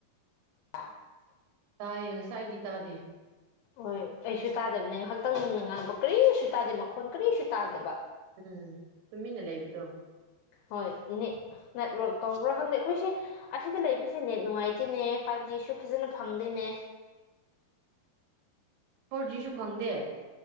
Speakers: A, on the left; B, on the right.
A: ꯑ
B: ꯇꯥꯏꯌꯦ ꯉꯁꯥꯏꯗꯤ ꯇꯥꯗꯦ
A: ꯍꯣꯏ ꯑꯩꯁꯨ ꯇꯥꯗꯕꯅꯤ ꯉꯥꯏꯍꯥꯛꯇꯪ ꯅꯨꯡꯅ ꯉꯥꯡꯕ ꯀꯔꯤꯁꯨ ꯇꯥꯗꯦ ꯃꯈꯣꯟ ꯀꯔꯤꯁꯨ ꯇꯥꯗꯕ
B: ꯎꯝ ꯇꯨꯃꯤꯟꯅ ꯂꯩꯕꯗꯣ
A: ꯍꯣꯏ ꯠ ꯅꯦꯠꯋꯔꯛ ꯇꯧꯕ꯭ꯔꯥ ꯈꯪꯗꯦ ꯑꯩꯈꯣꯏꯁꯦ ꯑꯁꯤꯗ ꯂꯩꯕꯁꯦ ꯅꯦꯠ ꯅꯨꯡꯉꯥꯏꯇꯦꯅꯦ ꯐꯥꯏꯚ ꯖꯤꯁꯨ ꯐꯖꯅ ꯐꯪꯗꯦꯅꯦ
B: ꯐꯣꯔꯖꯤꯁꯨ ꯐꯪꯗꯦ